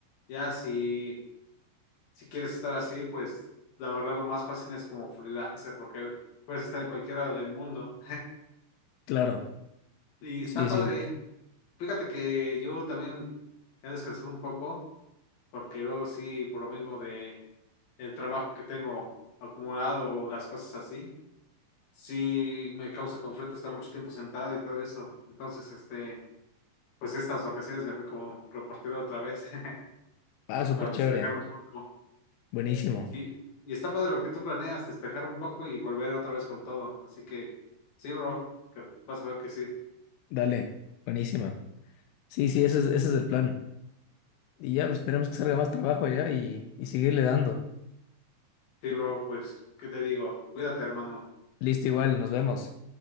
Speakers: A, on the left; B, on the left.
A: ya si, si quieres estar así, pues la verdad lo más fácil es como freelancer, porque puedes estar en cualquier lado del mundo.
B: Claro,
A: Y está
B: sí,
A: padre.
B: sí.
A: Fíjate que yo también he descansado un poco, porque luego sí, por lo mismo de el trabajo que tengo acumulado, o las cosas así, sí me causa conflicto estar mucho tiempo sentado y todo eso. Entonces, este, pues estas vacaciones me fui como repartido otra vez. <laughs>
B: Ah, súper
A: para despejar
B: chévere.
A: un poco.
B: Buenísimo.
A: Y, y está padre lo que tú planeas, despejar un poco y volver otra vez con todo. Así que, sí, bro, que vas a ver que sí.
B: Dale, buenísima. Sí, sí, ese es, ese es el plan. Y ya, pues, esperemos que salga más trabajo allá y, y seguirle dando.
A: Sí, bro, pues, ¿qué te digo? Cuídate, hermano.
B: Listo, igual, nos vemos.